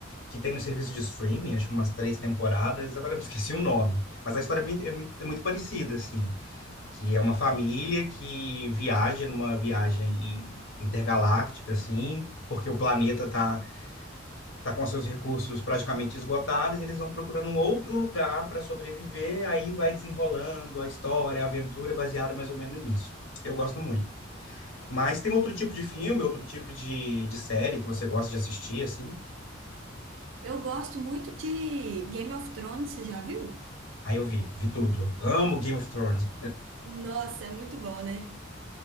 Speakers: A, on the left; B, on the right.
A: que tem no serviço de streaming, acho que umas três temporadas, agora eu esqueci o nome, mas a história é muito, é muito, é muito parecida, assim, que é uma família que viaja numa viagem intergaláctica, assim, porque o planeta tá, tá com seus recursos praticamente esgotados, e eles vão procurando um outro lugar para sobreviver, aí vai desenrolando a história, a aventura, baseada mais ou menos nisso. Eu gosto muito. Mas tem outro tipo de filme, outro tipo de, de série que você gosta de assistir, assim?
B: Eu gosto muito de Game of Thrones, você já viu?
A: Aí eu vi, vi tudo. Amo Game of Thrones,
B: Nossa, é muito bom, né?